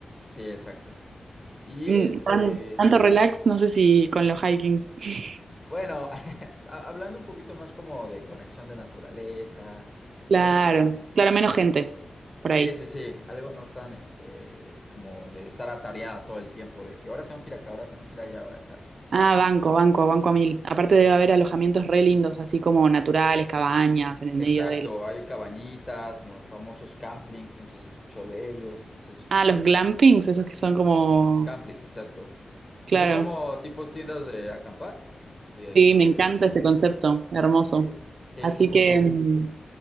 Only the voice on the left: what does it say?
Sí, exacto. Y
este,
bueno, <laughs> ha- hablando un poquito más como de conexión de naturaleza,
¿sabes?
Sí,
sí, sí, algo no tan, este, como de estar atareada todo el tiempo, de que ahora tengo que ir acá, ahora tengo que ir allá, ahora acá, ¿sabes?
Exacto,
hay cabañitas, como los famosos camplings, no sé si has escuchado de ellos, entonces,
camplings, exacto,
que son como tipos tiendas de acampar, y este,
eh, sí,
sí, justo,